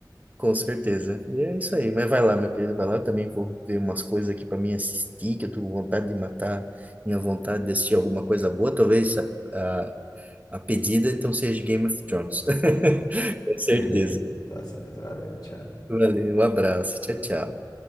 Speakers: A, on the right; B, on the left.
A: com certeza. E é isso aí, mas vai lá, meu querido, vai lá, eu também vou ver umas coisas aqui para mim assistir, que eu tô com vontade de matar minha vontade de assistir alguma coisa boa, talvez. ah, A pedida, então, seja Game of Thrones. <laughs> Com certeza.
B: Beleza, tá certo, valeu, tchau.
A: Valeu, um abraço. Tchau, tchau.